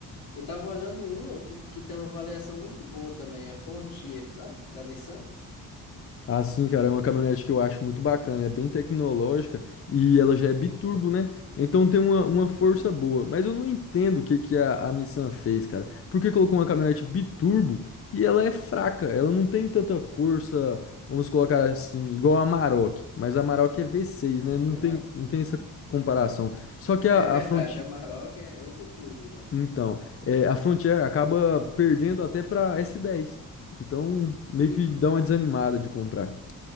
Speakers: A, on the left; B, on the left.
A: Eu tava olhando uma que, que tem uma avaliação muito boa também, a Frontier, sabe? Da Nissan.
B: Ah, sim, cara, é uma caminhonete que eu acho muito bacana, é bem tecnológica e ela já é biturbo, né? Então tem uma, uma
A: Uhum.
B: força boa. Mas eu não entendo o que, que a, a Nissan fez, cara. Por que colocou uma caminhonete biturbo e ela é fraca? Ela não tem tanta força, vamos colocar assim, igual a Amarok. Mas a Amarok é V6,
A: né?
B: né? Não
A: Verdade.
B: tem, não tem essa comparação. Só que a,
A: É verdade,
B: a Fronti-
A: a Maroc é outro nível já.
B: Então, é, a Frontier acaba perdendo até pra S10. Então, meio
A: Uhum.
B: que dá uma desanimada de comprar.